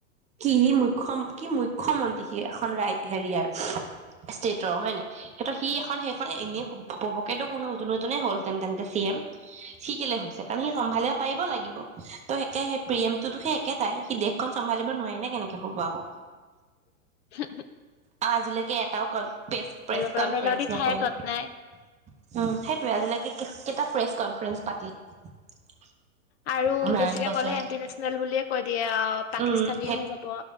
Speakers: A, on the right; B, on the left.
A: কি সি মুখ্য কি মুখ্যমন্ত্ৰী। কিয়ে এখন ৰাইট হেৰি আৰু ষ্টেটৰ হয় ন সেইত সি এখন সেইখন এনেই উপভোকেলও কোনো জুলো জনে হল তেন তেন্তে চি এম। শিকিলে হৈছে কাৰণ সেই চম্ভালিব পাৰিব লাগিব ত' সেকেই সেই পিএমটোতো সেই একেটাই সি দেশখন চম্ভালিব নোৱাৰিলে কেনেকে হব আকৌ
B: হু হু
A: আজিলৈকে এটাও কনপেচ প্ৰেছ
B: পাৰিব
A: কনফাৰেঞ্চ
B: মেলডি
A: নকৰিলে।
B: খাই তত
A: উ
B: নাই
A: সেইটোৱে আজিলৈকে কেইটা প্ৰেছ কনফাৰেন্ঞ্চ পাতিলে।
B: আৰু
A: ইমান
B: বেছিকে
A: বছৰে
B: কলে এণ্ন্টিনেচনেল বুলিয়ে কৈ দিয়ে আহ পাকিস্তানীয়ে
A: উম সেই
B: হৈ যাব।